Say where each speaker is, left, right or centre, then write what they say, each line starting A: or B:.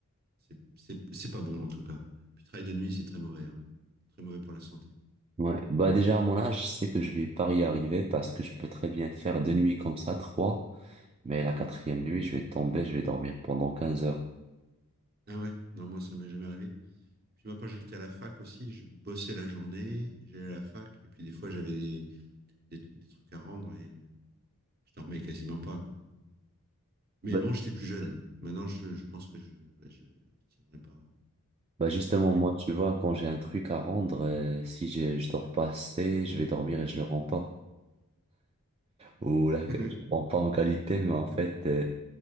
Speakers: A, on the right; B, on the right.
A: C'est c'est- c'est pas bon en tout cas. Puis travail de nuit, c'est très mauvais, hein. Très mauvais pour la santé.
B: Ouais. Bah, déjà,
A: C'est,
B: à mon
A: euh,
B: âge, je sais que je vais pas y arriver parce que je peux très bien faire deux nuits comme ça, trois. Mais la quatrième nuit, je vais tomber, je vais dormir pendant 15 heures.
A: Ah ouais, non, moi ça m'est jamais arrivé. Puis moi, quand j'étais à la fac aussi, je bossais la journée, j'allais à la fac, et puis des fois j'avais des, des- des trucs à rendre et je dormais quasiment pas, quoi. Mais
B: Bah,
A: bon, j'étais plus jeune. Maintenant, je, je pense que je, bah, je, je tiendrai pas.
B: Bah justement,
A: J'ai pu
B: moi, tu vois, quand j'ai un truc à rendre, euh, si j'ai, je dors pas assez, je vais dormir et je le rends pas. Ou là, que-
A: <laughs>
B: je rends pas en qualité, mais en fait, euh,